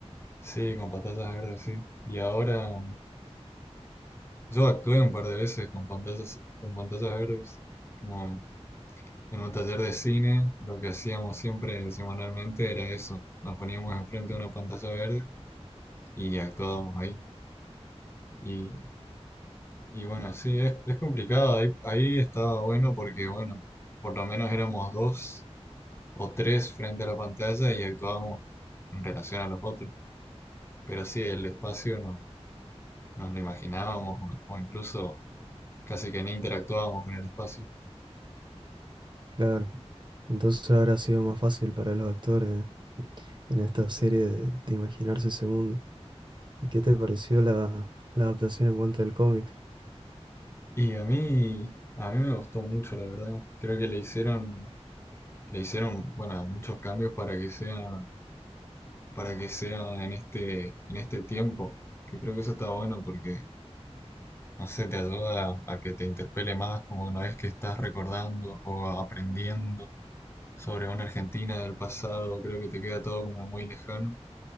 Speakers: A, on the left; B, on the right.
A: Sí, con pantallas verdes, sí. Y ahora mm, yo actué un par de veces con pantallas, con pantallas verdes. Como En un taller de cine, lo que hacíamos siempre semanalmente era eso. Nos poníamos enfrente de una pantalla verde y actuábamos ahí. Y, y bueno, sí, es, es complicado. Ahí, ahí estaba bueno porque, bueno, por lo menos éramos dos o tres frente a la pantalla y actuábamos en relación a los otros. Pero sí, el espacio no nos lo imaginábamos o, o incluso casi que ni interactuábamos con el espacio.
B: Claro. Entonces habrá sido más fácil para los actores en esta serie de de imaginarse ese mundo. ¿Y qué te pareció la, la adaptación en cuanto al cómic?
A: Y a mí, a mí me gustó mucho, la verdad. Creo que le hicieron le hicieron, bueno, muchos cambios para que sea, para que sea en este, en este tiempo, que creo que eso está bueno porque, no sé, te ayuda a que te interpele más, como que no es que estás recordando o aprendiendo sobre una Argentina del pasado, creo que te queda todo como muy lejano.